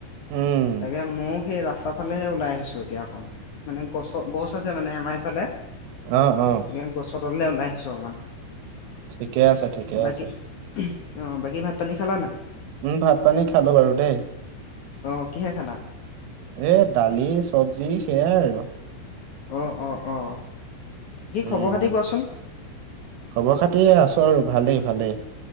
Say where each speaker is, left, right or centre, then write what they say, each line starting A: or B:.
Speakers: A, on the right (about 90°); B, on the left (about 70°).
A: উম
B: তাকে ময় সেই ৰাস্তা তাৰফালেহে ওলাই আহিছো এতিয়া অকণ মানে গছ গছ আছে মানে আমাৰফালে
A: অ অ অ
B: এে গছৰ তললে ওলাই আহিছো অকমান
A: ঠিকে আছে ঠিকে
B: বাকী
A: আছে।
B: অ বাকী ভাত পানী খালা নাই?
A: উম ভাত পানী খালো বাৰু দেই।
B: অ কিহে খালা
A: এ দালি চবজি সেইয়াই আৰু।
B: অ', অ', অ'। কি
A: উম,
B: খবৰ খাতি কোৱাচোন
A: খবৰ খাতিয়ে আছো আৰু ভালেই ভালেই।